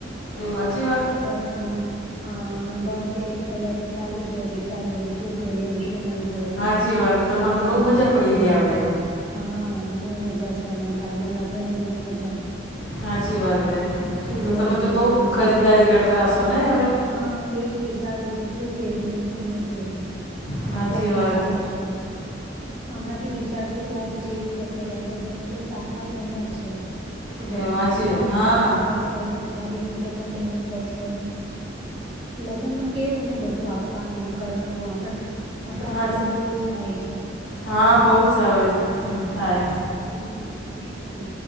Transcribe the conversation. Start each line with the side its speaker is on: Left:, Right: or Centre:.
Left: એવું હચી વાત..
Right: બસ હમણા. હા, હમણાં બસ એની તૈયારી ચાલુ છે વિચારી શું પહેરીને શું નહી. પેરેને
Left: સાચી વાત તમારે
Right: શું
Left: તો
Right: લેવાનું
Left: બહુ મજા
Right: શું
Left: પડી
Right: નહી
Left: ગયા
Right: લે
Left: હવે
Right: હા, બઉુ મજા છે હમણાં ભાઈ ના લગન ને એટલે મજા.
Left: હાચી વાત એ.
Right: શું
Left: તો
Right: લેવાનું
Left: તમે તો
Right: ને
Left: બઉ
Right: શું નહી
Left: ખરીદદારી
Right: લે
Left: કરતા હશો નહીં હવે?
Right: હા, એજ વિચારું છું શું પહેરું ને, શું નહી પહેરું. હમણાં
Left: સાચી
Right: પ્લેનિંગ
Left: વાત
Right: ચાલુ છે. હમણાં થી વિચારશું તો પછી થશે કેમ કે હજુ તો ચાર પાંચ મહિના જ છે. તો બધું
Left: એ સાચી
Right: પ્લાનિંગ
Left: હા
Right: કરવું પડશે અનેને ભાભી માટે પણ લેવું પડશેને. લગનમાં. કેવું ને બધું આપવાનું ને કરવાનું આપણા આપણામાં
Left: હા
Right: તો બહુ જ થાય છે.
Left: હા બહુ જ સતા થાય.
Right: હમ હમ એજ તો